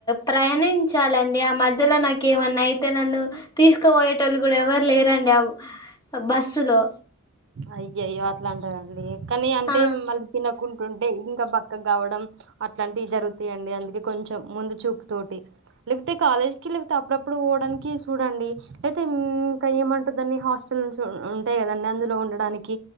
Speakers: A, on the left; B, on the right.
A: ప్రయాణంచాలండి ఆ మధ్యలో నాకు ఏమన్నా అయితే నన్ను తీసు క్కుపోయేటోళ్ళు కూడా ఎవరు లేరండి బస్సు లో
B: అయ్యయ్యో అట్లా అంటారండి కానీ అంటే
A: ఆ
B: మళ్ళీ తినక్కుంటుంటే ఇంకా బ క్కగ అవ్వడం అట్లాంటివి జరుగుతాయండి అందుకే కొంచెం ముందు చూపు తోటి లేకపోతే కాలేజ్ కి లేతే అప్పుడప్పుడు పోవడానికి చూడండి అయితే ఇంకెంమంటారు దాన్ని హాస్టల్ నుంచి ఉంటాయ్ కదండి అందులో ఉండ దానికి